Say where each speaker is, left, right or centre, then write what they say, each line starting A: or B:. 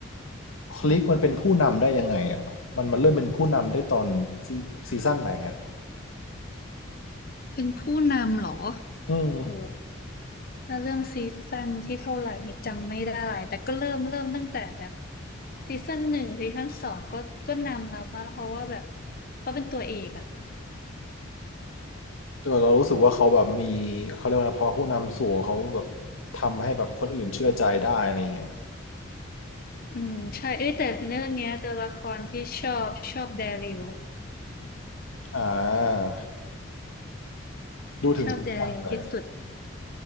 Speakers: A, on the left; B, on the left.
A: คลิกมันเป็นผู้นำได้ยังไงอ่ะมันมันเริ่มเป็นผู้นำได้ตอนซีซีซั่นไหนอ่ะ
B: เป็นผู้นำเหรอ
A: อืม
B: โหถ้าเรื่องซีซั่นที่เท่าไหร่นี่จำไม่ได้แต่ก็เริ่มเริ่มตั้งแต่แบบซีซั่นหนึ่งซีซั่นสองก็ก็นำแล้วป่ะเพราะว่าแบบเขาเป็นตัวเอกอ่ะ
A: แต่เรารู้สึกว่าเขาแบบมีเขาเรียกว่าอะไรพอผู้นำสูงเขาแบบทำให้แบบคนอื่นเชื่อใจได้อะไรเงี้ย
B: อืมใช่เอ้ยแต่เรื่องเนี้ยตัวละครที่ชอบชอบแดริว
A: อ่าดูถึงทุกตอนเลย
B: ชอบแดริวที่สุด